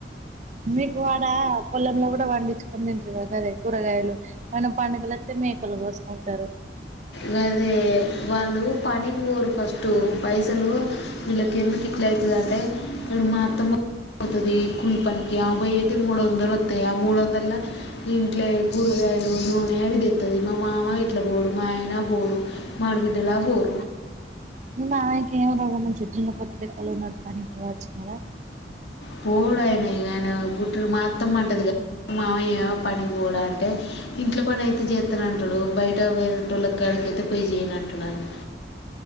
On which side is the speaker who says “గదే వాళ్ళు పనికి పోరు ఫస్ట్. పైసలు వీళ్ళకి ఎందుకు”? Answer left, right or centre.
Left